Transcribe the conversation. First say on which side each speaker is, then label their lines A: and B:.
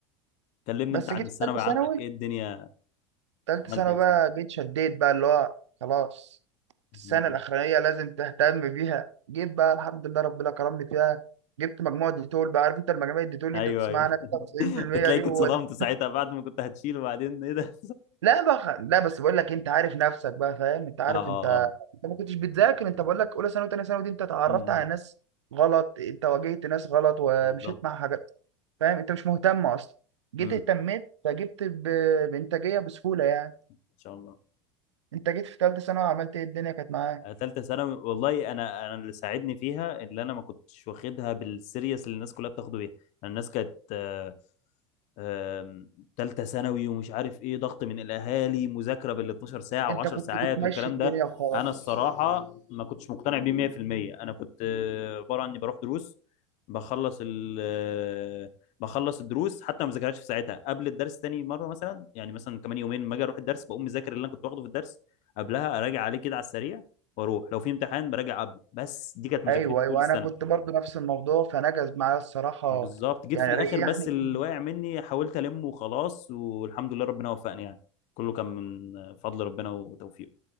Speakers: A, on the left; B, on the right.
A: كلمني
B: بس
A: انت عن
B: جيت
A: الثانوي
B: في ثالثه
A: عندك
B: ثانوي
A: ايه الدنيا
B: تالتة
A: عملت
B: ثانوي
A: ايه في
B: بقى
A: ثانوي
B: جيت شديت بقى اللي هو خلاص
A: امم
B: السنة الأخرانية لازم تهتم بيها جيت بقى الحمد لله ربنا كرمني فيها جبت مجموعة ديتول بقى عارف انت المجاميع الديتول اللي
A: ايوه
B: انت بتسمعها
A: ايوه
B: عنها 99%
A: <laughs> تلاقيك
B: دي هو
A: اتصدمت
B: ده
A: ساعتها بعد ما كنت هتشيل وبعدين ايه ده
B: لا بقى لا بس بقول لك انت عارف نفسك بقى فاهم
A: <laughs>
B: انت عارف
A: اه اه
B: انت
A: اه
B: انت ما كنتش بتذاكر انت بقول لك اولى ثانوي وثانيه ثانوي دي انت اتعرفت
A: امم
B: على ناس غلط انت واجهت ناس غلط ومشيت
A: بالظبط
B: مع حاجات فاهم انت مش مهتم اصلا جيت
A: امم
B: اهتميت فجبت ب... بانتاجيه بسهوله يعني
A: ان شاء الله
B: انت جيت في ثالثه ثانوي عملت ايه الدنيا كانت معاك
A: آه، ثالثه ثانوي والله انا انا اللي ساعدني فيها اللي انا ما كنتش واخدها بالسيريس اللي الناس كلها بتاخده بيها يعني الناس كانت آه، آم، تالتة ثانوي ومش عارف ايه ضغط من الاهالي مذاكرة بال 12 ساعة
B: انت
A: و10
B: كنت
A: ساعات
B: بتمشي
A: والكلام
B: الدنيا
A: ده
B: وخلاص
A: انا الصراحة ما كنتش مقتنع بيه 100% انا كنت آه، عبارة عني بروح دروس بخلص ال آه، بخلص الدروس حتى ما بذاكرهاش في ساعتها قبل الدرس تاني مرة مثلا يعني مثلا كمان يومين ما اجي اروح الدرس بقوم مذاكر اللي انا كنت واخده في الدرس قبلها اراجع عليه كده على السريع واروح لو في امتحان براجع قبله بس دي كانت مذاكرتي
B: ايوه ايوه
A: طول السنة
B: انا كنت برضو نفس الموضوع فنجز معايا الصراحه
A: بالظبط جيت
B: يعني
A: في الاخر
B: ريحني
A: بس اللي
B: كتير
A: واقع مني حاولت المه وخلاص والحمد لله ربنا وفقني يعني كله كان من فضل ربنا وتوفيقه